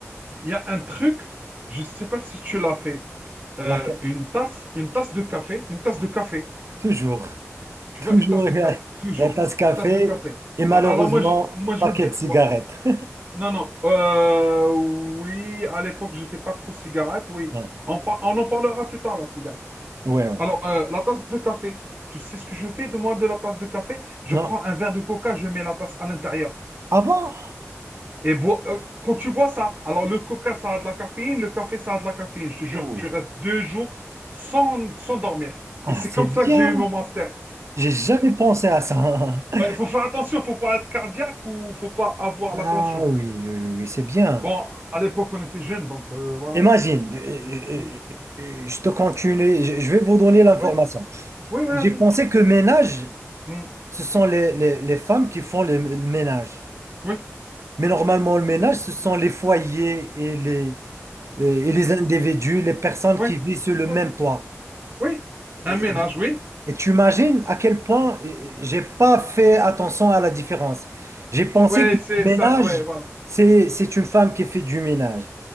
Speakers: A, on the right; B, on the right.
A: il y a un truc, je ne sais pas si tu l'as fait. Euh,
B: La
A: une tasse, une tasse de café, une tasse
B: Ah,
A: de café.
B: toujours, <laughs>
A: Tu
B: toujours,
A: vois, une tasse de
B: il
A: café,
B: y a,
A: toujours.
B: il y a tasse café
A: La tasse de café.
B: et malheureusement,
A: A- Alors moi, je, moi, je
B: paquet
A: vais te dire...
B: de cigarettes.
A: oh,
B: <laughs>
A: Non, non. Euh, oui, à l'époque, j'étais pas trop cigarette, oui.
B: Ouais,
A: On, par- on en parlera plus tard, la cigarette.
B: ouais. ouais.
A: Alors, euh, la tasse de café. Tu sais ce que je fais de moi de la tasse de café? Je
B: Non.
A: prends un verre de coca, je mets la tasse à l'intérieur.
B: Ah bon?
A: Et bois, euh, quand tu bois ça, alors le coca, ça a de la caféine, le café, ça a de la caféine. Je te jure,
B: Ouh.
A: tu restes deux jours sans, sans dormir.
B: Ah,
A: Et c'est
B: c'est
A: comme
B: bien.
A: ça que j'ai eu mon master.
B: J'ai jamais pensé à ça. <laughs>
A: Ouais, il faut faire attention, faut pas être cardiaque ou faut pas avoir la
B: Ah
A: tension.
B: oui, oui, oui, oui, c'est bien.
A: Bon, à l'époque, on était jeunes, donc euh, voilà.
B: Imagine, euh, euh,
A: Mm.
B: euh, je te continue, je je vais vous donner l'information.
A: Oui, oui, oui, vas-y.
B: J'ai pensé que ménage,
A: Mm.
B: ce sont les, les- les femmes qui font le, le ménage.
A: Oui,
B: Mais normalement, le ménage, ce sont les foyers et les, euh, et les individus, les personnes
A: oui,
B: qui vivent sur le même
A: oui,
B: toit.
A: oui. Un
B: Et,
A: ménage, oui.
B: et tu imagines à quel point euh, j'ai pas fait attention à la différence. J'ai pensé
A: Oui,
B: que
A: c'est
B: le
A: ça,
B: ménage,
A: Oui, voilà.
B: c'est, c'est une femme qui fait du ménage.